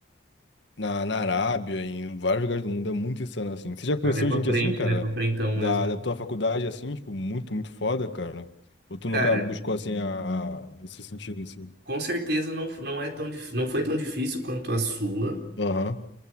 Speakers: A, on the left; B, on the right.
A: na, na Arábia, em vários lugares do mundo, é muito insano assim. Você já conheceu
B: Cara, é pra
A: gente
B: frente,
A: assim, cara?
B: né? Pra frentão
A: Da,
B: mesmo.
A: da tua faculdade, assim, tipo, muito, muito foda, cara? Ou tu
B: Cara,
A: nunca buscou, assim, a, a- nesse sentido, assim?
B: com certeza não, não é tão, dif- não foi tão difícil quanto a sua,
A: Aham,